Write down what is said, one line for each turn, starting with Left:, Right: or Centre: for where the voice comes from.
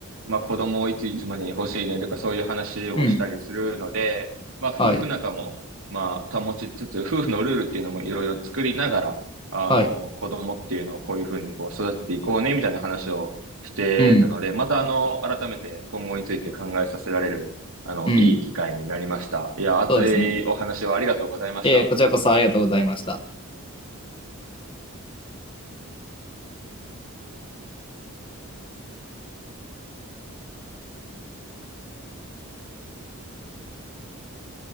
Right: まあ子供をいついつまでに欲しいねとかそういう話をしたりするので、
Left: うん、
Right: まあ夫婦仲もまあ保ちつつ、
Left: はい、
Right: 夫婦のルールっていうのもいろいろ作りながら、あの子供っていうのをこういうふうにこう育っていこうねみたいな話をしてたので、
Left: はい、うん、
Right: またあの改めて今後について考えさせられる、あのいい機会になりました。
Left: うん、
Right: いや、熱いお話をありがとうございました。
Left: そうですね。えーこちらこそありがとうございました。